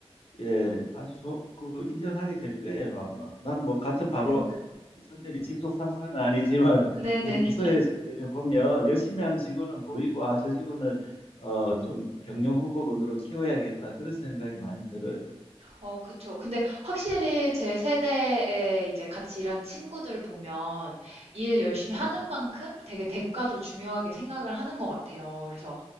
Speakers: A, on the left; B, on the right.
A: 예, 아주 좋, 그 인정하게 될 거예요, 아마. 나는 뭐 같은 바로
B: 네,
A: 전 대리 직속 상사는 아니지만 <laughs>
B: 네네.
A: 우리 부서에서 보면 열심히 하는 직원은 보이고 아, 저 직원을 어, 좀 경영 후보군으로 키워야겠다 그런 생각이 많이 들어요.
B: 어, 그쵸. 근데 확실히 제 세대에 이제 같이 일하는 친구들 보면 일 열심히
A: 음,
B: 하는 만큼 되게 대가도 중요하게 생각을 하는 것 같아요. 그래서